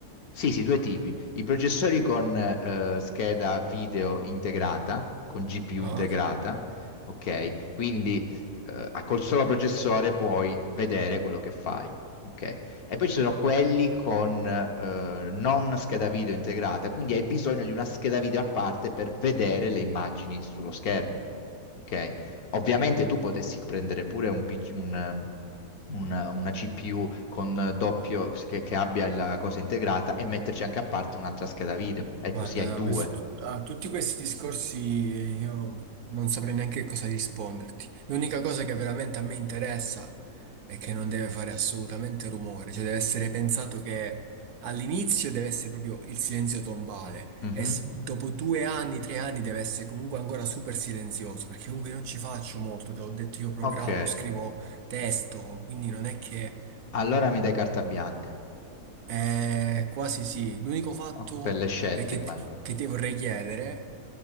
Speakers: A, on the left; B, on the right.
A: sì, sì, due tipi. I processori con eh, scheda video integrata, con GPU
B: Ah?
A: integrata, ok? Quindi eh, col solo processore puoi vedere quello che fai, ok? E poi ci sono quelli con eh, non scheda video integrata, quindi hai bisogno di una scheda video a parte per vedere le immagini sullo schermo, ok? Ovviamente tu potessi prendere pure un PC un, ehm, una, una CPU con eh, doppio, che, che abbia la cosa integrata e metterci anche a parte un'altra scheda video. E
B: Guarda,
A: così hai due.
B: questo- a tutti questi discorsi eh, io non saprei neanche cosa risponderti. L'unica cosa che veramente a me interessa è che non deve fare assolutamente rumore, cioè deve essere pensato che all'inizio deve essere proprio il silenzio tombale
A: Mhm.
B: e s- dopo due anni, tre anni deve essere comunque ancora super silenzioso, perché comunque non ci faccio molto, te l'ho detto io programmo,
A: Ok,
B: scrivo testo, quindi non è che
A: allora mi dai carta bianca
B: eh, quasi sì. L'unico fatto
A: O- per le scelte,
B: è che,
A: immagino.
B: ti che ti vorrei chiedere,